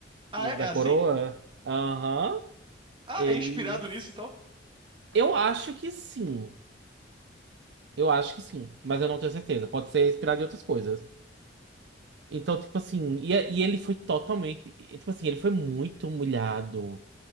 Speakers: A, on the right; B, on the right.
A: Ah,
B: o
A: é,
B: da
A: é assim?
B: coroa? Aham,
A: Ah,
B: eles.
A: é inspirado nisso então?
B: Eu acho que sim. Eu acho que sim, mas eu não tenho certeza. Pode ser inspirado em outras coisas. Então, tipo assim, e, é, e ele foi totalmente. e, Tipo assim, ele foi muito humilhado,